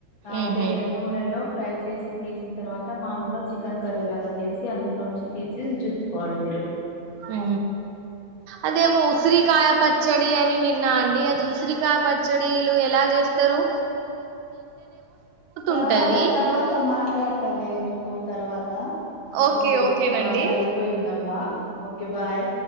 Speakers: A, on the left; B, on the right.
A: ఆ
B: ఉహు
A: తే నూనెలో ఫ్రై చేసి తీసి చ్చిన తర్వాత మాముూలుగా చికెన్ కర్రీ లాగా చేసి అందులోంచి తీసి ఉంచుచుకోవాలి మీరు
B: ఊ అదేమో ఉసిరికాయ పచ్చడి అని విన్నా అండి అది ఉసిరికా పచ్చడీలు ఎలా జేస్తరు
A: తర్వాత
B: ఉంటది
A: తర్వాత మాట్లాడతాలే మీ కో తరవాత ఇప్పుడు
B: ఓకే ఓకేనండి
A: బాగా అయిపోయిందమ్మా ఓకే బాయ్